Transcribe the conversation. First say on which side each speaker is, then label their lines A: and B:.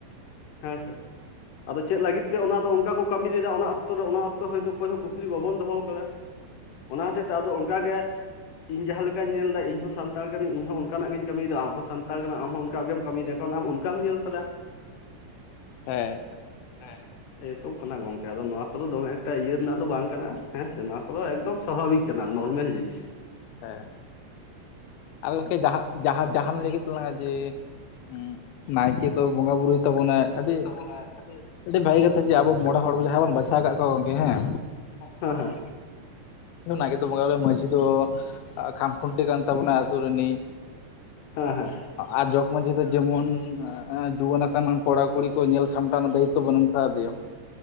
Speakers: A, on the left; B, on the left.
A: ᱦᱮᱸ ᱥᱮ ᱟᱫᱚ ᱪᱮᱫ ᱞᱟᱹᱜᱤᱫ ᱛᱮ ᱚᱱᱟ ᱫᱚ ᱚᱱᱠᱟ ᱠᱚ ᱠᱟᱹᱢᱤ ᱞᱮᱫᱟ ᱚᱱᱟ ᱚᱠᱛᱚ ᱨᱮ ᱚᱱᱟ ᱚᱠᱛᱚ ᱦᱚᱭᱛᱳ ᱚᱠᱚᱭ ᱦᱚᱸ ᱠᱩᱠᱞᱤ ᱵᱟᱵᱚᱱ ᱫᱚᱦᱚ ᱟᱠᱟᱫᱟ ᱚᱱᱟ ᱦᱚᱛᱮᱡ ᱛᱮ ᱟᱫᱚ ᱚᱱᱠᱟᱜᱮ ᱤᱧ ᱡᱟᱦᱟᱸ ᱞᱮᱠᱟᱧ ᱧᱮᱞ ᱮᱫᱟ ᱤᱧ ᱦᱚᱸ ᱥᱟᱱᱛᱟᱲ ᱠᱟᱱᱟᱹᱧ ᱤᱧ ᱦᱚᱸ ᱚᱱᱟᱜᱤᱧ ᱠᱟᱹᱢᱤᱭ ᱮᱫᱟ ᱟᱢ ᱦᱚᱸ ᱥᱟᱱᱛᱟᱲ ᱠᱟᱱᱟᱢ ᱟᱢ ᱦᱚᱸ ᱚᱱᱠᱟ ᱜᱮᱢ ᱠᱟᱹᱢᱤᱭ ᱮᱫᱟ ᱠᱟᱨᱚᱱ ᱟᱢ ᱚᱱᱠᱟ ᱜᱮᱢ ᱧᱮᱞ ᱟᱠᱟᱫᱟ
B: ᱦᱮᱸ
A: ᱦᱮᱸ ᱮᱭᱨᱚᱠᱚᱢ ᱠᱟᱱᱟ ᱜᱚᱝᱠᱮ ᱟᱫᱚ ᱱᱚᱣᱟ ᱠᱚᱫᱚ ᱫᱚᱢᱮ ᱮᱠᱴᱟ ᱤᱭᱟᱹ ᱨᱮᱱᱟᱜ ᱫᱚ ᱵᱟᱝ ᱠᱟᱱᱟ ᱦᱮᱸ ᱥᱮ ᱱᱚᱣᱟ ᱠᱚᱫᱚ ᱮᱠᱫᱚᱢ ᱥᱟᱵᱷᱟᱵᱤᱠ ᱠᱟᱱᱟ ᱱᱚᱨᱢᱮᱞ ᱡᱤᱱᱤᱥ
B: ᱦᱮᱸ ᱟᱫᱚ ᱜᱚᱢᱠᱮ ᱡᱟᱦᱟᱸ ᱡᱟᱦᱟᱸ ᱡᱟᱦᱟᱸᱟᱢ ᱞᱟᱹᱭ ᱠᱮᱫ ᱛᱟᱞᱟᱝᱟ ᱡᱮ ᱦᱩᱸ ᱱᱟᱭᱠᱮ ᱫᱚ ᱵᱚᱸᱜᱟ ᱵᱩᱨᱩᱭ ᱛᱟᱵᱚᱱᱟᱭ ᱟᱹᱰᱤ
A: ᱛᱟᱵᱚᱱᱟᱭ ᱠᱷᱟᱴᱤ
B: ᱟᱹᱰᱤ ᱵᱷᱟᱹᱜᱤ ᱠᱟᱛᱷᱟ ᱡᱮ ᱟᱵᱚ ᱢᱚᱬᱮ ᱦᱚᱲ ᱡᱟᱦᱟᱸᱭ ᱵᱚᱱ ᱵᱟᱪᱷᱟᱣ ᱠᱟᱜ ᱠᱚᱣᱟ ᱜᱚᱝᱠᱮ ᱦᱮᱸ
A: ᱦᱮᱸ ᱦᱮᱸ
B: ᱱᱟᱜᱮ ᱫᱚ ᱵᱚᱸᱜᱟ ᱢᱟᱹᱡᱷᱤ ᱫᱚ ᱠᱷᱟᱢ ᱠᱷᱩᱱᱴᱤ ᱠᱟᱱ ᱛᱟᱵᱚᱱᱟᱭ ᱟᱹᱛᱳ ᱨᱤᱱᱤᱡ
A: ᱦᱮᱸ ᱦᱮᱸ
B: ᱟᱨ ᱡᱚᱠ ᱡᱮᱢᱚᱱ ᱢᱟᱺᱡᱷᱤ ᱫᱚ ᱡᱮᱢᱚᱱ ᱡᱩᱣᱟᱱ ᱟᱠᱟᱱ ᱠᱚᱲᱟ ᱠᱩᱲᱤ ᱠᱚ ᱧᱮᱞ ᱥᱟᱢᱴᱟᱣ ᱨᱮᱱᱟᱜ ᱫᱟᱭᱤᱛᱚ ᱵᱚᱱ ᱮᱢᱠᱟᱣ ᱟᱠᱟᱫᱮᱭᱟ